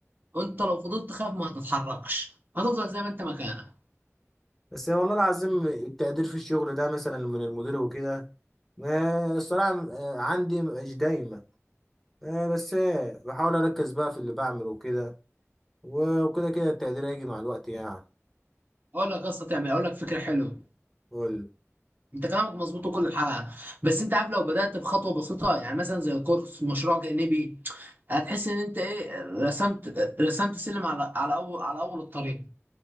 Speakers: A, on the right (about 40°); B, in the centre.
A: انت لو فضلت تخاف ما هتتحركش هتفضل زي ما انت مكانك
B: بس والله العظيم التقدير في الشغل ده مثلا من المدير وكده ما الصراحة آه، عندي مش دايما آه بس آه بحاول اركز بقى في اللي بعمله وكده و- وكده كده التقدير هيجي مع الوقت يعني
A: اقول لك قصه تعمل اقول لك فكره حلوه
B: قول
A: انت كلامك مظبوط وكل حاجه بس انت عارف لو بدات بخطوه بسيطه يعني مثلا زي كورس مشروع جانبي هتحس ان انت ايه رسمت رسمت سلم على على اول على اول الطريق